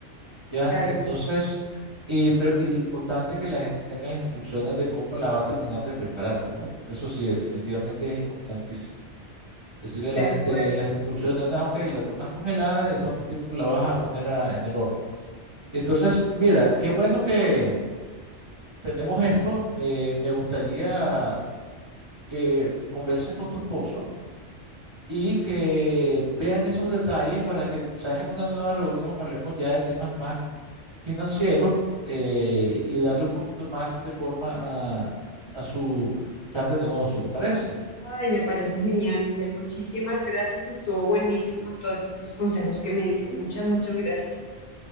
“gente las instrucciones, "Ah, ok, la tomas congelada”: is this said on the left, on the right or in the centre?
Right